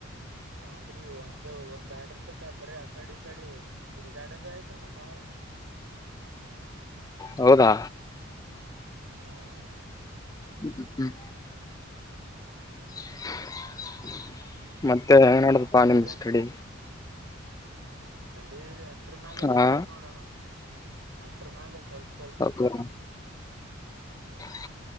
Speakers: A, on the right (about 70°); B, on the left (about 15°).
A: ರಾತ್ರಿ ಒಂದ್ ಒಂದ್ ಎರಡು ತಾಕ - ಕಡಿ ಕಡೆ ತಿರಿಗಿ ಆಡೋದು ಆಯ್ತಣ ಬಾಳ.
B: ಹೌದಾ.
A: ಹ್ಮ್.
B: ಹ್ಮ್ ಹ್ಮ್. <unintelligible> ಮತ್ತೆ ಹೆಂಗ್ ನಡೆದಪ್ಪ ನಿಂದು
A: ಏನ್
B: ಸ್ಟಡಿ.
A: ಸ್ಟಡಿ. ಇದ್ರ ಮೇಾಲ
B: ಹಾ
A: ನಡ್ದದ್ ನೋಡೋಣ ಅಷ್ಟ್ರ ಮೇಲೆ ಸ್ವಲ್ಪ. ಸ್ವಲ್ಪ
B: ಹೌ. <inaudible>